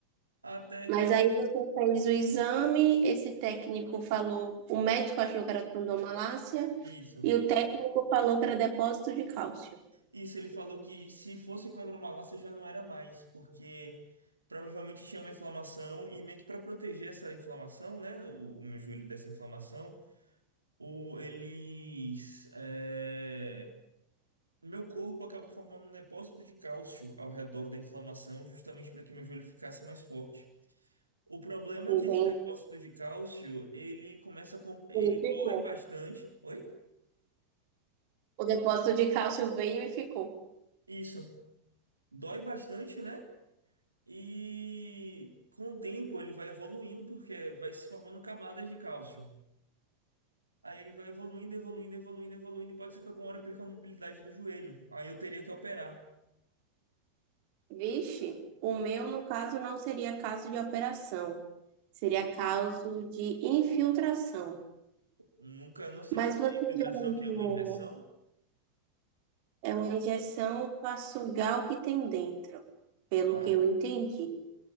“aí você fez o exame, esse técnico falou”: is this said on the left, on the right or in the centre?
Right